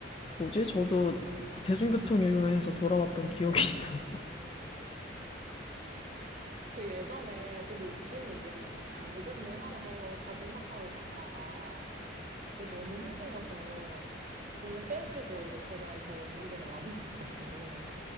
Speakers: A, on the left (about 30°); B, on the right (about 40°).
A: 뭐지? 저도 대중교통 이용해서 돌아왔던 기억이 있어요.
B: 그 예전에 되게 웃긴 얘기였는데 당근을 하러 자전거 타고 갔다가 이제 너무 힘들어서 돈을 빼주고 이제 제발 저 있는 데로 와달라고